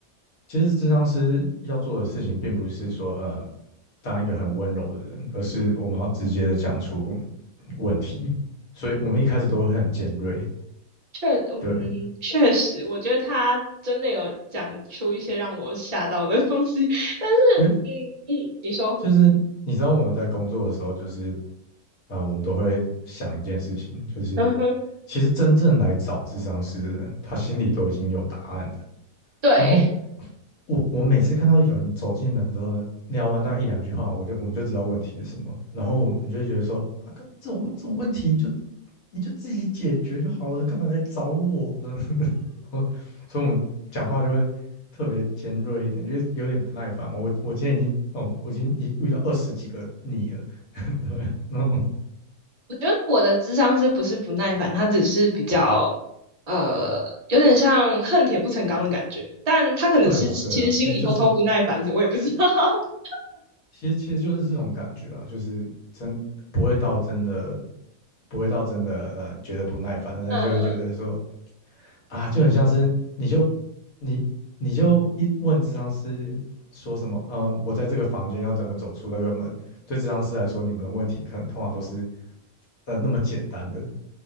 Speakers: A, on the left (about 70°); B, on the right (about 35°).
A: 其实智商师要做的事情，并不是说呃当一个很温柔的人，而是我们要直接的讲出问题，所以我们一开始都会很尖锐，
B: 确，嗯，
A: 对，
B: 确实，我觉得他真的有讲出一些让我吓到的东西。<laughs> 但是，
A: 因为
B: 嗯嗯，你说，
A: 就是你知道我们在工作的时候，就是啊，我们都会想一件事情，就是
B: 嗯哼，
A: 其实真正来找智商师的人，他心里都已经有答案了
B: 对，
A: 然后我我每次看到有人走进门之后，聊完大概一两句话，我就我们就知道问题是什么，然后我们就会觉得说，啊，干这种这种问题你就你就自己解决就好了，干嘛来找我？<laughs> 这样子然后，所以我们讲话就会特别尖锐一点，就是有点不耐烦嘛。我我今天已经，哦，我已经一遇到二十几个你了，<laughs> 对那种
B: 我觉得我的智商是不是不耐烦，他只是比较呃，有点像恨铁不成钢的感觉，但他可能是其实心里偷偷不耐烦，
A: 对啦对啦，其实就是
B: 我也不知道。<laughs>
A: 其实其实就是这种感觉啊，就是真不会到真的不会到真的呃觉得不耐烦，但是就会觉得说
B: 嗯
A: 啊，就很像是你就你你就一问咨商师说什么，呃，我在这个房间要怎么走出那个门？对咨商师来说，你们的问题可能通常都是呃那么简单的，